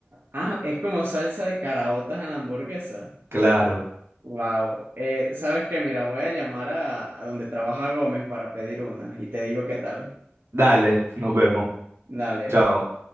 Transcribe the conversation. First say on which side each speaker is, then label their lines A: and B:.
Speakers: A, on the right; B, on the right.
A: Ah, es como salsa de caraotas en la hamburguesa.
B: Claro.
A: Wow. Eh, ¿sabes qué? Mira, voy a llamar a, a donde trabaja Gómez para pedir una y te digo qué tal.
B: Dale, nos vemos.
A: Dale.
B: Chao.